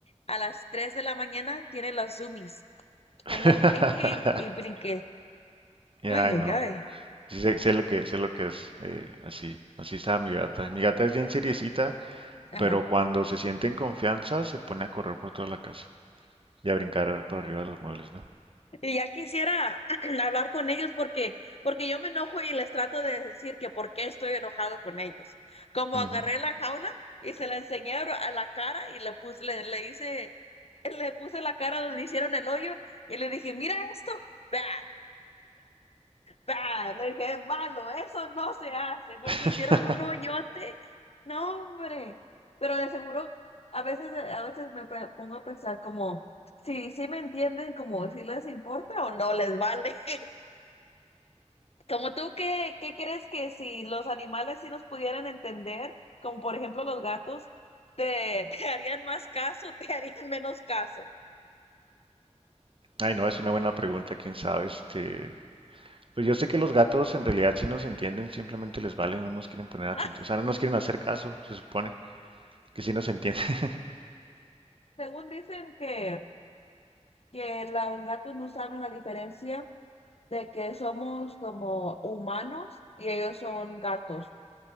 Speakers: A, on the left; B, on the right.
A: a las 3 de la mañana, tienen los zoomies
B: <laughs>
A: que andan brinque y brinque.
B: Ya,
A: Ay,
B: ay,
A: ay,
B: no.
A: ay.
B: Sí, sé, sé lo que, sé lo que es. eh, así, así está mi gata. Mi gata es bien seriecita,
A: Ajá.
B: pero cuando se siente en confianza se pone a correr por toda la casa y a brincar por arriba de los muebles, ¿no?
A: Y ya quisiera <clears throat> hablar con ellos porque, porque yo me enojo y les trato de decir que por qué estoy enojado con ellos. Como
B: Ujú.
A: agarré la jaula y se la enseñé a la cara y le puse, le, le hice, <laughs> le puse la cara donde hicieron el hoyo y le dije, mira esto, vea, bah Le dije, es malo, eso no se hace, porque
B: <laughs>
A: hicieron un hoyote. No, hombre. Pero de seguro, a veces, a veces me pe- pongo a pensar como, si sí me entienden, como si les importa o no les vale. <laughs> Como tú, ¿qué, qué crees que si los animales sí nos pudieran entender, como por ejemplo los gatos, te, <laughs> te harían más caso, te harían menos caso?
B: Ay, no, es una buena pregunta, quién sabe, este, Pues yo sé que los gatos en realidad sí nos entienden, simplemente les vale, no nos quieren poner atención,
A: <laughs>
B: o sea, no nos quieren hacer caso, se supone que sí nos entienden, <laughs>
A: Según dicen que, que los gatos no saben la diferencia de que somos como humanos y ellos son gatos.